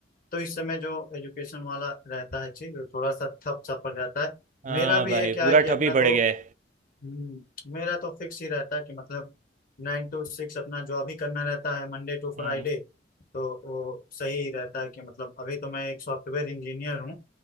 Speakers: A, on the left; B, on the right.
A: तो इस समय जो एजुकेशन वाला रहता है चीज वो थोड़ा सा ठप सा पड़ जाता है
B: हाँ
A: मेरा भी
B: भाई
A: है क्या
B: पूरा
A: है कि अपना
B: ठप ही
A: तो
B: पड़ गया है
A: हम्म मेरा तो फिक्स ही रहता है कि मतलब नाइन टू सिक्स अपना जॉब ही करना रहता है मंडे टू फ्राइडे
B: हम्म,
A: तो वो सही ही रहता है कि मतलब अभी तो मैं एक सॉफ्टवेयर इंजीनियर हूँ